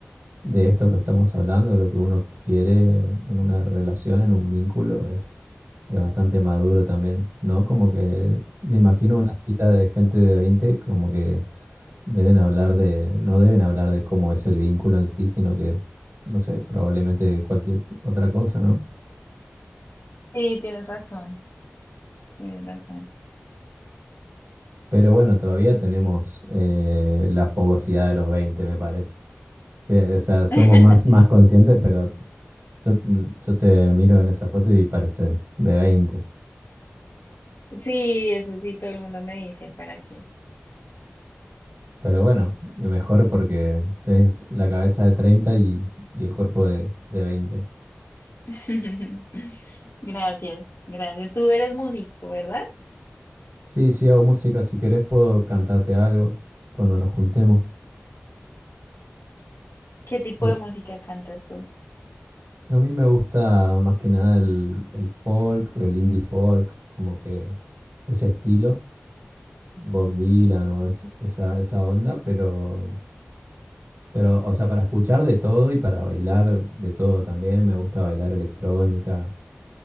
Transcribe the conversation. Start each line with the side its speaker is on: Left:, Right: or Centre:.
Right: de esto que estamos hablando, de lo que uno quiere en una relación, en un vínculo, es, es bastante maduro también, ¿no? Como que me imagino una cita de gente de 20 como que deben hablar de, no deben hablar de cómo es el vínculo en sí, sino que, no sé, probablemente de cualquier otra cosa, ¿no?
Left: Sí, tienes razón, tienes razón.
Right: Pero bueno, todavía tenemos eh, la fogosidad de los 20 me parece. Sí, o sea, somos
Left: <laughs>
Right: más, más conscientes, pero yo, yo te miro en esa foto y pareces de veinte,
Left: Sí, eso sí, todo el mundo me dice, ¿para qué?
Right: Pero bueno, mejor porque tenés la cabeza de 30 y, y el cuerpo de, de veinte.
Left: <laughs> Gracias, gracias. Tú eres músico, ¿verdad?
Right: Sí, sí, hago música. Si querés, puedo cantarte algo cuando nos juntemos.
Left: ¿Qué tipo
Right: Yo-
Left: de música cantas tú?
Right: a mí me gusta más que nada el, el folk, el indie folk, como que ese estilo, Bob Dylan o es- esa, esa onda, pero. Pero, o sea, para escuchar de todo y para bailar de todo también, me gusta bailar electrónica,